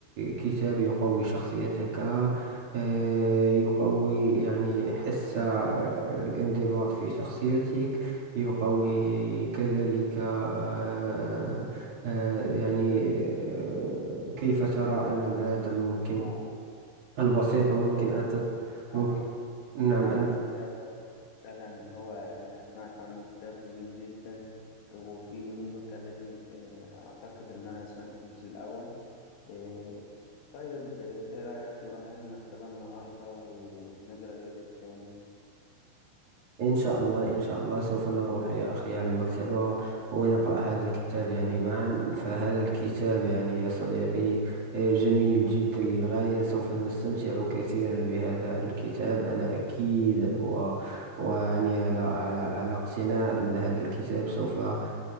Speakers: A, on the right; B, on the left.
A: كتاب يقوي شخصيتك آه، يقوي يعني حس الانضباط في شخصيتك يقوي كذلك آه، آه، يعني آه، كيف ترى أن العادة ممكن
B: اه
A: البسيطة ممكن
B: إيه
A: أن
B: انا
A: ت...
B: سمعت
A: ممكن نعم
B: سمعت عن الكتاب فعلا هو آه، سمعت عنه كتاب جميل جدا وفي منه كذا جزء آه، أعتقد إن أنا سمعت الجزء الأول آه، طيب آه، إيه رأيك نروح على المكتبة النهاردة و- ونقرأ الجزء الثاني
A: إن شاء الله إن شاء الله سوف نروح يا أخي على المكتبة ونقرأ هذا الكتاب يعني معا فهذا الكتاب يعني يا صديقي آه، جميل جدا للغاية سوف نستمتع كثيرا بهذا الكتاب أنا أكيد و... ويعني على على على اقتناع أن هذا الكتاب سوف آه،